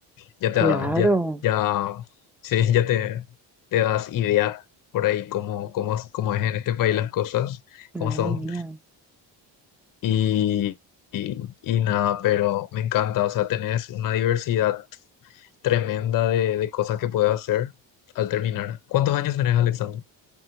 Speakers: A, on the left; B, in the centre.
A: ya te
B: Claro.
A: da, ya, ya, sí, <laughs> ya te, te das idea por ahí cómo, cómo, cómo es en este país las cosas, cómo
B: Madre
A: son.
B: mía.
A: Y, y, y nada, pero me encanta, o sea, tenés una diversidad tremenda de, de cosas que puedes hacer al terminar. ¿Cuántos años tenés, Alexander?